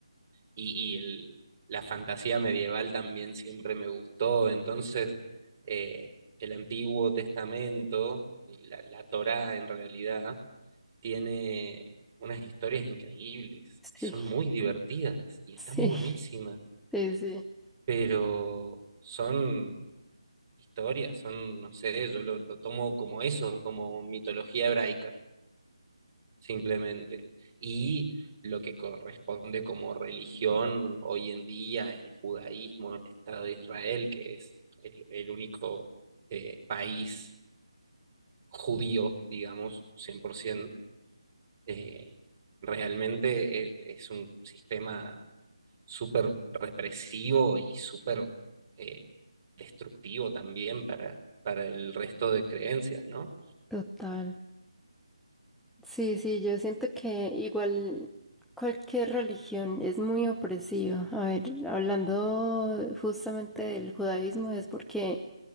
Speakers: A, on the right; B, in the centre.
A: y, y el- la fantasía medieval también siempre me gustó. Entonces, eh, el Antiguo Testamento, la, la Torá en realidad, tiene unas historias increíbles y
B: Sí,
A: son muy divertidas
B: <laughs>
A: y están
B: sí,
A: buenísimas,
B: sí, sí,
A: pero son historias, son, no sé, yo lo, lo tomo como eso, como mitología hebraica simplemente. Y lo que corresponde como religión hoy en día, el judaísmo, el Estado de Israel, que es el, el único eh, país judío, digamos, 100%, eh, realmente e- es, un sistema súper represivo y súper eh, destructivo también para, para el resto de creencias, ¿no?
B: total. Sí, sí, yo siento que igual cualquier religión es muy opresiva. A ver, hablando justamente del judaísmo, es porque